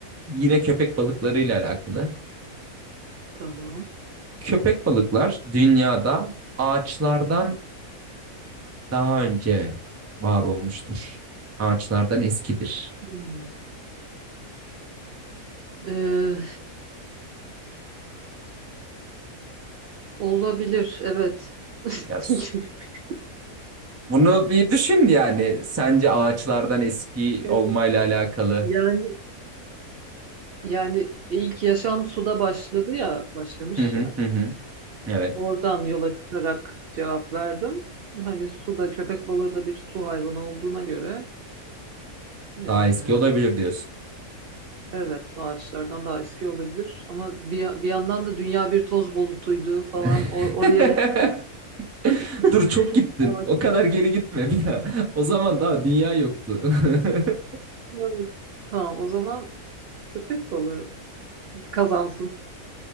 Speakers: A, on the right; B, on the right.
A: Yine köpek balıklarıyla alakalı.
B: Tamam.
A: Köpek balıklar dünyada ağaçlardan daha önce var olmuştur. Ağaçlardan eskidir.
B: Hmm. Ee, olabilir evet. <laughs>
A: Yaz. Bunu bir düşün yani. Sence ağaçlardan eski
B: Evet,
A: olmayla alakalı.
B: Yani Yani ilk yaşam suda başladı ya, başlamış
A: Hı hı
B: ya.
A: hı hı. Evet.
B: Oradan yola çıkarak cevap verdim. Hani suda köpek balığı da bir su hayvanı olduğuna göre eee,
A: Daha eski olabilir diyorsun.
B: evet ağaçlardan daha eski olabilir. Ama bir, bir yandan da dünya bir toz bulutuydu falan
A: <laughs>
B: Or- oraya gittim. <laughs>
A: Dur çok gittin.
B: Ağaçlar.
A: O kadar geri gitme bir daha. O zaman daha dünya yoktu. <laughs>
B: Evet. Tamam o zaman köpek balığı kazansın.